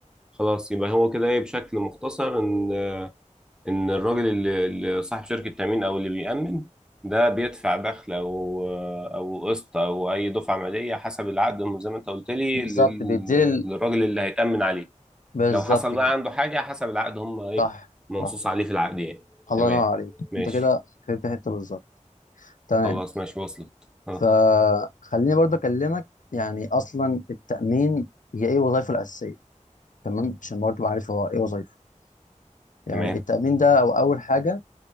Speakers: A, in the centre; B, on the left.
A: خلاص يبقى هو كده ايه بشكل مختصر ان آه، ان الراجل اللي اللي صاحب شركة تأمين او اللي بيأمن ده بيدفع دخل او آه، او قسط او اي دفعة مالية حسب العقد زي ما انت قلت لي
B: بالظبط
A: لل-
B: بيديل ال...
A: للراجل اللي هيتأمن عليه
B: بالظبط
A: لو حصل بقى
B: كده
A: عنده حاجة حسب العقد هم ايه
B: صح
A: منصوص
B: صح
A: عليه في العقد يعني
B: الله
A: تمام
B: ينور عليك
A: ماشي
B: انت كده فهمت حته بالظبط تمام
A: خلاص ماشي وصلت اه
B: فخليني برضه اكلمك يعني اصلا التامين هي ايه وظائفه الاساسيه تمام عشان برضه تبقى عارف هو ايه وظائفه يعني
A: تمام
B: التامين ده او اول حاجه